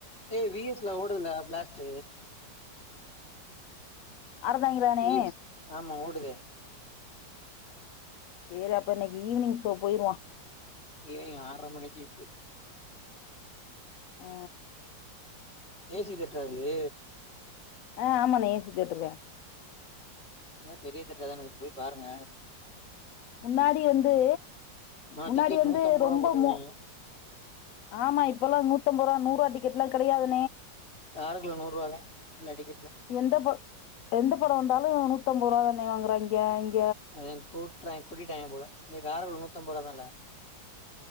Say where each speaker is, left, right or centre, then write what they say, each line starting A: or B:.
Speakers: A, on the left; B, on the left.
A: ஏய் விஎஸ்ல ஓடுதுல பிளாஸ்ட்ட்
B: அறதாங்கதானே
A: விஎஸ் ஆமா ஓடுதே
B: சரி அப்ப இன்னைக்கு ஈவினிங் ஸோ போயிருவோம்
A: ஈவினிங் ஆறர மணிக்கு இருக்கு
B: ஆ
A: ஏசி தேட்டர அது
B: ஆஹ் ஆமா நெ ஏசிதேட்டர்தான்
A: என்ன பெரிய தேட்டர் தானே போய் பாருங்க
B: முன்னாடி வந்து
A: ஆஹ
B: முன்னாடி
A: டிக்கெட்
B: வந்து
A: நூத்து அம்பது
B: ரொம்ப
A: ரூபாய் போட்டு இருக்காங்கே
B: மு ஆமா இப்பலாம் நூத்தம் ரூபா நூறு ருபாய் டிக்கெட் எல்லாம் கெடையாது
A: காருக்குள்ள நூறு ரூவாதான் எல்லா டிக்கெட்டுமே
B: எந்த ப எந்த படம் வந்தாலும் நூத்தம்பது ரூபா தானே வாங்குறா இங்க
A: அத கூட்றாங் கூட்டிட்டாங்க போல இங்க காருல நுத்திஅம்பரூபா தள